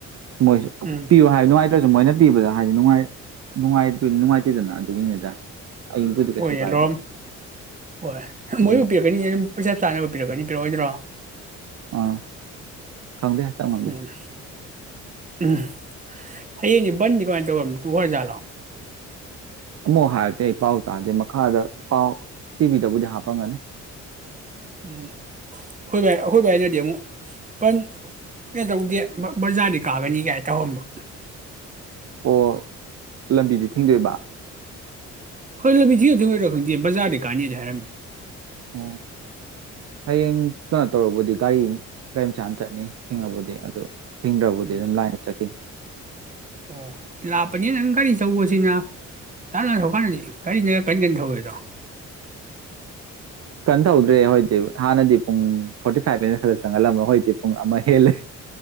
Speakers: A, on the right; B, on the right.
A: ꯃꯣꯏꯁꯨ
B: ꯎꯝ
A: ꯄꯤꯌꯨ <inaudible> ꯃꯣꯏꯅ ꯄꯤꯕꯗ ꯍꯥꯏꯗꯤ ꯅꯨꯡꯉꯥꯏ ꯅꯨꯡꯉꯥꯏꯇꯦꯗꯅ ꯑꯗꯨꯒꯤꯅꯤꯗ ꯑꯩꯕꯨꯗꯤ ꯀꯩꯁꯨ
B: ꯍꯣꯏ ꯌꯥꯂꯣꯝ
A: ꯀꯥꯏꯗꯦ
B: ꯍꯣꯏ ꯃꯣꯏꯕꯨ
A: ꯎꯝ
B: ꯄꯤꯔꯛꯀꯅꯤ ꯄꯩꯁꯥ <inaudible> ꯄꯤꯔꯛꯀꯅꯤ ꯄꯤꯔꯛꯑꯣꯏꯗ꯭ꯔꯣ
A: ꯑꯥ ꯈꯪꯗꯦ ꯍꯟꯇꯛ ꯉꯝꯗꯁꯦ
B: ꯎꯝ ꯎꯝ ꯍꯌꯦꯡꯁ ꯕꯟꯗꯤ ꯀꯃꯥꯏꯅ ꯇꯧꯕ ꯇꯨ ꯈꯔ ꯖꯥꯠꯂꯣ
A: ꯑꯃꯨꯛ ꯍꯥꯏꯔꯛꯇꯦ ꯑꯩ ꯄꯥꯎ ꯇꯥꯗꯦ ꯃꯈꯥꯗ ꯄꯥꯎ ꯇꯤꯚꯤꯗꯕꯨꯗꯤ ꯍꯥꯞꯄꯝꯒꯅꯤ
B: ꯎꯝ ꯍꯣꯏ ꯚꯥꯏ ꯑꯩꯈꯣꯏ ꯚꯥꯏꯅꯗꯤ ꯑꯃꯨꯛ <inaudible> ꯇꯧꯗꯦ ꯕꯖꯥꯔꯗꯤ ꯀꯥꯒꯅꯤ ꯀꯥꯏ ꯇꯧꯍꯝꯕ
A: ꯑꯣ ꯂꯝꯕꯤꯗꯤ ꯊꯦꯡꯗꯣꯏꯕ
B: ꯍꯣꯏ ꯂꯝꯕꯤꯗꯤ <inaudible> ꯈꯪꯗꯦ ꯕꯖꯥꯔꯗꯩ ꯀꯥꯅꯤꯗ ꯍꯥꯏꯔꯝꯃꯤ
A: ꯑꯣ ꯍꯌꯦꯡ ꯀꯩꯅꯣ ꯇꯧꯔꯕꯨꯗꯤ ꯒꯥꯔꯤ ꯒꯥꯔꯤ ꯃꯆꯥꯅ ꯆꯠꯅꯤ ꯊꯤꯡꯉꯕꯨꯗꯤ ꯑꯗꯨ ꯊꯤꯡꯗ꯭ꯔꯕꯨꯗꯤ
B: ꯎꯝ
A: ꯑꯗꯨꯝ ꯂꯥꯏꯅ ꯆꯠꯈꯤꯅꯤ
B: ꯑꯣ ꯂꯄꯅꯤ ꯑꯪꯒꯥꯔꯤ ꯊꯧꯕꯁꯤꯅ ꯇꯞꯅ ꯊꯧꯀꯥꯟꯗꯗꯤ ꯒꯥꯔꯤꯅ ꯀꯟ ꯀꯟ ꯊꯧꯋꯦꯗꯣ
A: ꯀꯟꯅ ꯇꯧꯗ꯭ꯔꯦ ꯍꯣꯏꯗꯤ ꯍꯥꯟꯅꯗꯤ ꯄꯨꯡ ꯐꯣꯔꯇꯤ ꯐꯥꯏꯚ ꯃꯤꯅꯤꯠ ꯈꯛꯇ ꯆꯪꯍꯜꯂꯝꯕ ꯍꯧꯖꯤꯛꯇꯤ ꯄꯨꯡ ꯑꯃ ꯍꯦꯜꯂꯦ